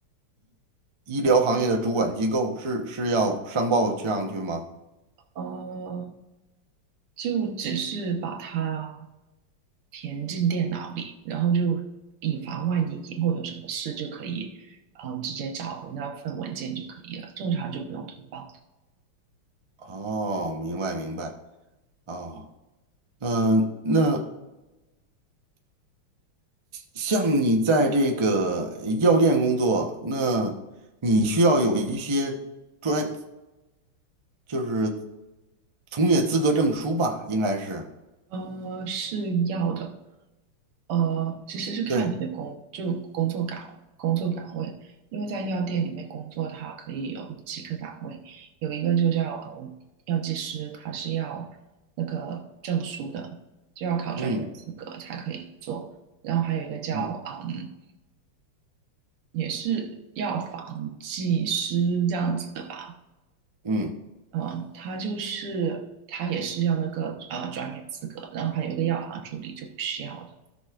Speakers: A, on the right; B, on the right.
A: 医疗行业的主管机构是，是要上报上去吗？
B: 呃，就只是把它填进电脑里，然后就以防万一以后有什么事就可以，嗯、直接找回那份文件就可以了，正常就不用通报。
A: 哦，明白明白。哦，嗯、那像你在这个药店工作，那你需要有一些。专。就是从业资格证书吧，应该是。
B: 呃，是要的。呃，其实是看你的工，
A: 对，
B: 就工作岗工作岗位，因为在药店里面工作，它可以有几个岗位，有一个就叫呃药剂师，他是要那个证书的，就要考专业资格才可以做。
A: 嗯
B: 然后还有一个叫嗯，
A: 嗯
B: 也是药房技师这样子的吧，
A: 嗯，
B: 嗯，他就是他也是要那个呃专业资格，然后还有一个药房助理就不需要的。